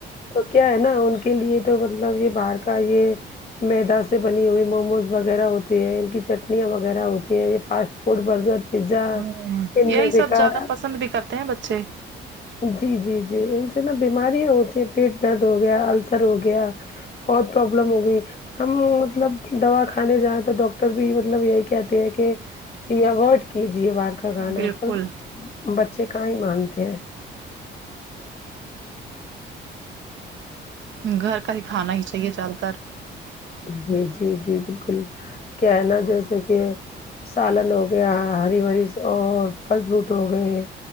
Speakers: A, on the left; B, on the right.
A: کیا ہے نا ان کے لیے تو مطلب یہ باہر کا یہ میدا سے بنی ہوئی موموز وغیرہ ہوتی ہیں ان کی چٹنیاں و وغیرہ ہوتی ہے یہ فاسٹ فوڈ برگر پیزا
B: ہ
A: ان
B: یہی
A: میں بیکار
B: سب زیادہ پسند بھی کرتے ہیں بچے
A: جی جی جی ان سے نا بیماریاں ہوتی ہیں پیٹ درد ہو گیا السر ہو گیا بہت پروبلم ہو گئی ہم مطلب دوا کھانے جائیں تو ڈاکٹر بھی مطلب یہی کہتے ہیں کہ یہ ابورڈ کیجیے بہر کا کھانا
B: بالکل
A: پر بچے کہا مانتے ہیں
B: گھر کا ہی کھانا ہی چاہیے زیادہ تر
A: جی جی جی بالکل کیا ہے نا جیسے کہ سالن ہو گیا ہری بری اور پھل فروٹ ہو گئے